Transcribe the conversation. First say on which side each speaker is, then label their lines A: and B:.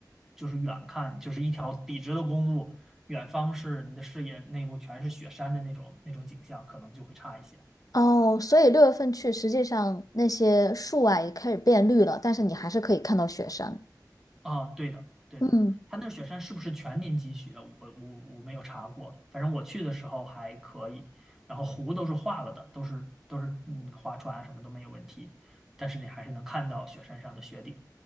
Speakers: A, in the centre; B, on the left (about 55°).
A: 就是远看就是一条笔直的公路，远方是你的视野内部全是雪山的那种那种景象，可能就会差一些。
B: 哦，所以六月份去，实际上那些树啊也开始变绿了，但是你还是可以看到雪山。
A: 啊，对的，对的，
B: 嗯，
A: 它那雪山是不是全年积雪？我我我没有查过，反正我去的时候还可以，然后湖都是化了的，都是都是嗯划船啊什么都没有问题，但是你还是能看到雪山上的雪顶，